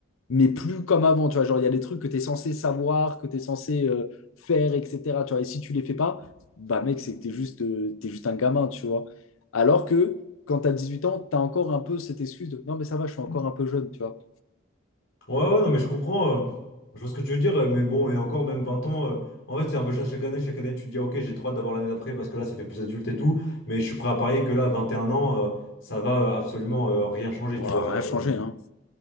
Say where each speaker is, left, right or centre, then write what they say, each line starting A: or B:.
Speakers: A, on the left; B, on the left.
A: mais plus comme avant, tu vois. Genre, il y a des trucs que tu es censé savoir, que tu es censé euh, faire, etc. Tu vois, et si tu les fais pas, bah mec, c'est que tu es juste, euh, t'es juste un gamin, tu vois. Alors que quand tu as huit ans, tu as encore un peu cette excuse de non, mais ça va, je suis encore un peu jeune, tu vois.
B: Ouais, ouais, non, mais je comprends. euh, Je vois ce que tu veux dire, euh, mais bon, et encore, même 20 ans. euh, En fait, c'est un peu ça chaque année. Chaque année, tu te dis, ok, j'ai trop hâte d'avoir l'année d'après parce que là, ça fait plus adulte et tout. Mais je suis prêt à parier que là, 21 ans, euh, ça va euh, absolument euh, rien changer,
A: Oh,
B: tu vois.
A: rien changé,
B: euh,
A: hein.